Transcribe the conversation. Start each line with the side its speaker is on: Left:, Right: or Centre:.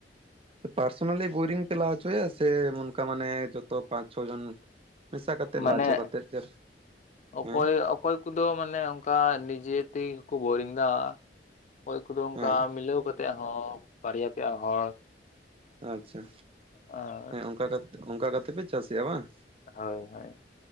Right: ᱯᱟᱨᱥᱳᱱᱟᱞᱤ ᱵᱳᱨᱤᱝ ᱯᱮ ᱞᱟ ᱦᱚᱪᱚᱼᱭᱟ ᱥᱮ ᱚᱱᱠᱟ ᱢᱟᱱᱮ ᱡᱚᱛᱚ ᱯᱟᱸᱪ ᱪᱷᱚ ᱡᱚᱱ ᱢᱮᱥᱟ ᱠᱟᱛᱮᱮᱫ
Left: ᱢᱟᱱᱮ
Right: ᱞᱟ ᱦᱚᱪᱚ ᱠᱟᱛᱮᱫ <unintelligible>
Left: ᱚᱠᱚᱭ
Right: ᱦᱮᱸ
Left: ᱚᱠᱚᱭ ᱠᱚᱫᱚ ᱢᱟᱱᱮ ᱚᱱᱠᱟ ᱱᱤᱡᱮ ᱛᱮᱜᱮ ᱠᱚ ᱵᱳᱨᱤᱝ ᱫᱟ ᱚᱠᱚᱭ ᱠᱚᱫᱚ ᱚᱱᱠᱟ
Right: ᱦᱮᱸ
Left: ᱢᱤᱞᱟᱹᱣ ᱠᱟᱛᱮᱫ ᱦᱚᱸ ᱵᱟᱨᱭᱟ ᱯᱮᱭᱟ ᱦᱚᱲ
Right: ᱟᱪᱪᱷᱟ
Left: <unintelligible>
Right: ᱦᱮᱸ ᱚᱝᱠᱟ ᱚᱝᱠᱟ ᱠᱟᱛᱮ ᱯᱮ ᱪᱟᱹᱥ ᱮᱜ-ᱟ ᱵᱟᱝ
Left: ᱦᱳᱭ ᱦᱳᱭ